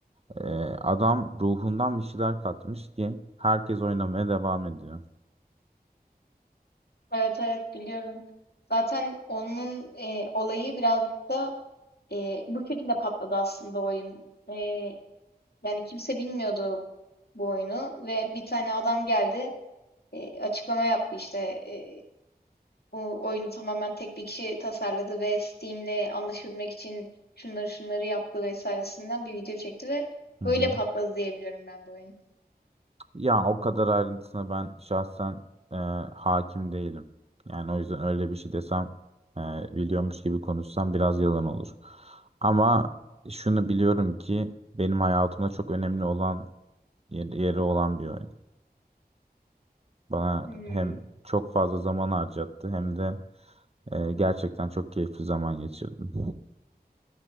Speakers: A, on the right; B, on the left.
A: E, adam ruhundan bir şeyler katmış ki herkes oynamaya devam ediyor.
B: Evet, evet biliyorum. Zaten onun e, olayı birazcık da e, bu şekilde patladı aslında oyun. E, yani kimse bilmiyordu bu oyunu ve bir tane adam geldi e, açıklama yaptı işte e, bu oyunu tamamen tek bir kişi tasarladı ve Steam'le anlaşabilmek için şunları şunları yaptı vesairesinden bir video çekti ve
A: Hı
B: böyle
A: hı.
B: patladı diyebiliyorum ben bu oyun.
A: Ya o kadar ayrıntısına ben şahsen e, hakim değilim. Yani o yüzden öyle bir şey desem e, biliyormuş gibi konuşsam biraz yalan olur. Ama şunu biliyorum ki benim hayatımda çok önemli olan yer- yeri olan bir oyun. Bana
B: Hmm,
A: hem çok fazla zaman harcattı hem de e, gerçekten çok keyifli zaman geçirdim.